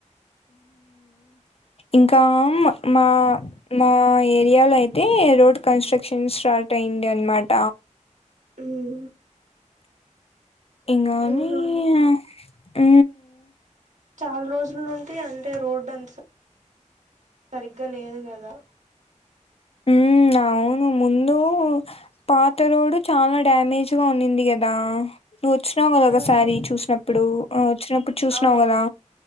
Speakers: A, on the left; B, on the right.
A: ఇంకా మా మా ఏరియాలో అయితే రోడ్ కన్స్ట్రక్షన్ స్టార్ట్ అయింది అనమాట
B: ఉమ్
A: ఎంగ అ
B: అవునా నాల రోజుల నుండి అంటే రోడ్డు అంత సరిగ్గా లేదు కదా
A: ఉ అవును ముందు పాత రోడ్ చాలా డ్యామేజ్గా ఉన్నింది కదా నువ్వు వచ్చినావు కదా ఒక
B: ఉమ్
A: సారి చూసినప్పుడు వచ్చినప్పుడు చూసినావు
B: ఆ
A: కదా